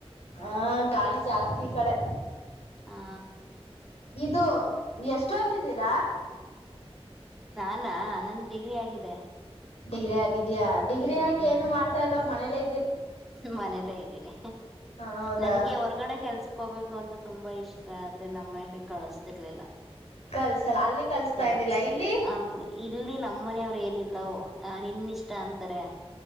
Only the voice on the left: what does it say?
ಹಾ ಗಾಳಿ ಜಾಸ್ತಿ ಈ ಕಡೆ
ಇದು ಎಷ್ಟೊದಿದ್ದೀರಿ ದಾ
ಗ್ರ ಿದ್ಯಾಾ ಡಿಗ್ರಿ
ಆಗ ಏನು ಮಾಡ್ತಾ ಇಲ್ವ ಮನಲಐ
ಹೌದಾ
ಕಳ್ಸಲ್ಲ ಅಲ್ಲಿ ಕಳ್ಸ್ತಾ
ಇದ್ದಿಲ್ಲ ಇಲ್ಲಿ